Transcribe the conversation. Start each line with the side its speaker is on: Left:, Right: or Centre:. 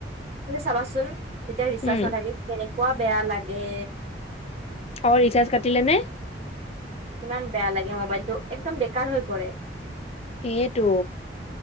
Right: কিন্ত চাবাচোন তেতিয়া ৰিচাৰ
Left: উম
Right: নথাকে কেনেকুৱা বেয়া লাগে
Left: অ ৰিচাৰ্জ কাটিলে নে
Right: ইমান বেয়া লাগে মোবাইলটো একদম বেকাৰ হৈ পৰে
Left: সেইটো